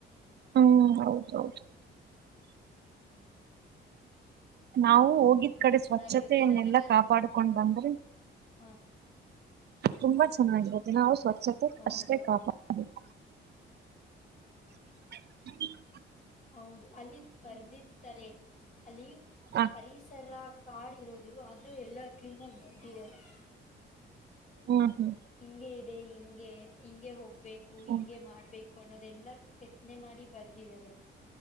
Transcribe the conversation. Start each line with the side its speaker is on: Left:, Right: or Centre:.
Right: ಹ್ಮ್ ಹೌದೌದು ನಾವು ಹೋಗಿದ್
Left: ತುಂಬಾ
Right: ಕಡೆ
Left: ಚೆನ್ನಾಗಿರುತ್ತೆ
Right: ಸ್ವಚ್ಛತೆಯನ್ನೆಲ್ಲಾ
Left: ನನಗ
Right: ಕಾಪಾಡ್ಕೊಂಡ್ ಬಂದ್ರೆ
Left: ಆ,
Right: ತುಂಬಾ ಚೆನ್ನಾಗಿರುತ್ತೆ ನಾವು ಸ್ವಚ್ಛತೆ
Left: ಹೌದು
Right: ಅಷ್ಟೇ ಕಾಪಾಬೇಕು ಹ <unintelligible>
Left: ಹೌದು ಅಲ್ಲಿ ಬರ್ದಿರ್ತಾರೆ ಅಲ್ಲಿ
Right: ಹ
Left: ಪರಿಸರ ಕಾಡ್ ಇರೋದು ಆದ್ರೂ ಎಲ್ಲಾ ಕ್ಲೀನ್ ಆಗಿ ಬರ್ಂದಿದ್ದಾರೆ <inaudible>
Right: ಹ್ಮ್ ಹ್ಮ್
Left: ಹಿಂಗಗೆ ಇದೆ ಹಿಂಗೆ ಹಿಂಗೆ ಹೋಗ್ಬೇಕು
Right: ಹ್ಮ್
Left: ಹಿಂಗೆ ಮಾಡ್ಬೇಕು ಅನ್ನೋದೆಲ್ಲಾ ಕೆತ್ತನೆ ಮಾಡಿ ಬರ್ದಿದ್ದಾರೆ